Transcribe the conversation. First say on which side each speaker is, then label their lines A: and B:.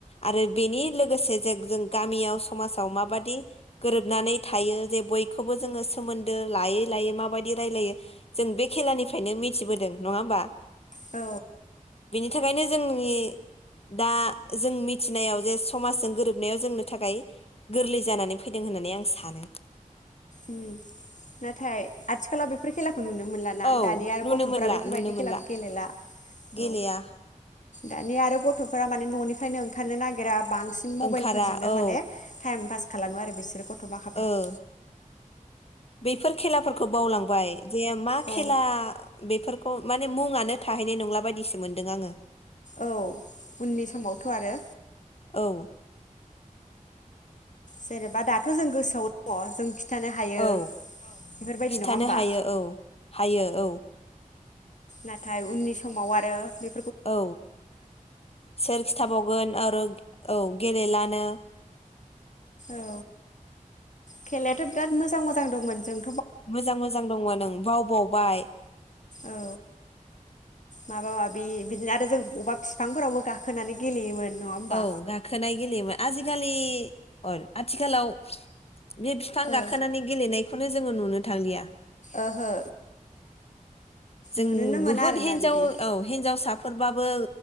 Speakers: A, on the left; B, on the left.
A: आरो बेनि लोगोसे जों जों गामियाव समाजाव माबादि गोरोबनानै थायो जे बय बयखौबो जोंओ सोमोनदो लायै लायै माबादी राइलाइडो़ जों से खेलानिफ्राइनो मिथिबोदों नङा ओमबा
B: औ
A: बेनि थाखाइनो जोंनि दा जों मिथिनायाव जे समाजजों गोरोबनायखौ। जोबनायाव जोंनो थाखाय गोरलै जानानै फैदों होननानै आं सानो।
B: उम नाथाय आथिखालाव बेफोर खेलाखौ खौ नुनो मोनलााना
A: औ
B: दानिया आरो
A: नुनो
B: गथ'फोरा
A: मोनला
B: बेफोरबायदि
A: नुनो मोनला
B: खेलाखौ गेलेला
A: गेलेया
B: औ दानिया आरो गथ' गथ'फोरा माने न'निफ्रायनो ओंखारनो नागिरा। बांसिन
A: ओंखारा
B: मबाइलफोरजोंनो
A: औ
B: माने टाइम पास। खालामो आरो बिसोर बे गथ' माखाफ्रा
A: ओ
B: औ।
A: बेफोर खेलाफोरखौ बावलांबाय जे मा खेला
B: औ
A: बेफोरखौ माने मुङानो थाहैनाय नंला बायदिसो मोनदों आङो।
B: औ उननि समावथ' आरो
A: औ
B: जेनेबा दाथ' जों गोसोआव दङ खिथानो जों हायो
A: औ
B: बेफोरबायदि
A: खिथानो
B: नङा होमबा
A: हायो औ हायो औ।
B: नाथाय उननि समाव आरो बे
A: औ सोर खिथाबावगोन आरो औ गेलेला- नो।
B: औ खेलायाथ' बिराद मोजां मोजां दंमोन जों
A: मोजां मोजां दंमोन ओं बावबावबाय।
B: औ माबा माबि बिदिनो आरो जों बबा फिफांफोरावबो गाखोनानै गेलेयोमोन। नङा होमबा
A: औ गाखोनाय गेलेयोमोन आजिखालि। अ आथिखालाव बे फिफां
B: ओ
A: गाखोनानै गेलेनायखौनो जोङो नुनो थांलिया।
B: ओहो
A: जों
B: नुनोनो मोना
A: बुहुत
B: आरोना
A: हिनजाव
B: बिदि
A: औ हिनजावसाफोर- बाबो